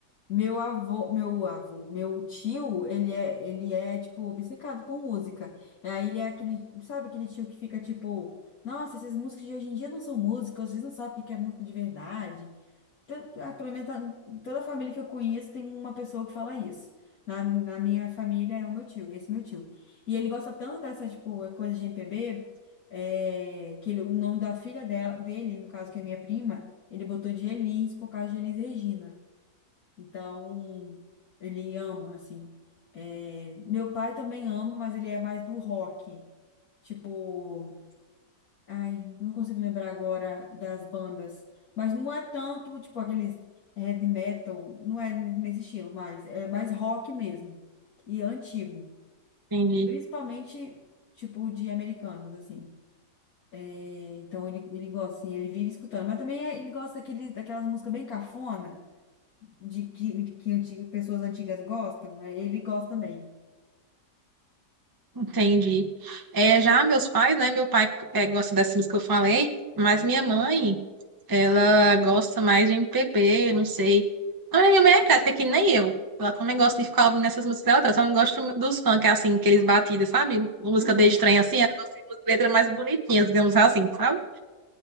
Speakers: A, on the left; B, on the right.
A: Meu avô, meu avô, meu tio, ele é, ele é, tipo, obcecado por música. E Aí ele é aquele, sabe aquele tio que fica, tipo, nossa, essas músicas de hoje em dia não são músicas, vocês não sabem o que é música de verdade. Tan- ah, Pelo menos tá- toda a família que eu conheço tem uma pessoa que fala isso. Na, na minha família é o meu tio, esse meu tio. E ele gosta tanto dessa, tipo, coisa de MPB, é, que ele- o nome da filha dela, dele, no caso, que é minha prima, ele botou de Elis por causa de Elis Regina. Então, ele ama, assim. É, meu pai também ama, mas ele é mais do rock. Tipo, ai, não consigo lembrar agora das bandas. Mas não é tanto, tipo, aqueles heavy metal, não é nesse estilo, mas é mais rock mesmo. E antigo.
B: Entendi,
A: Principalmente, tipo, de americanos, assim. É, então, ele, ele gosta, assim, ele vive escutando. Mas também é- ele gosta daquele, daquelas músicas bem cafona. de que, de que antiga- pessoas antigas gostam, né? Ele gosta também.
B: entendi. É, já meus pais, né? Meu pai é, gosta dessas músicas que eu falei, mas minha mãe, ela gosta mais de MPB, não sei. Não, minha mãe é até que nem eu. Ela também gosta de ficar ouvindo essas músicas dela, ela só não gosta dos funk, assim, aqueles batidas, sabe? Música
A: Aham.
B: bem estranha, assim, ela gosta de música- letras mais bonitinhas, digamos assim, sabe?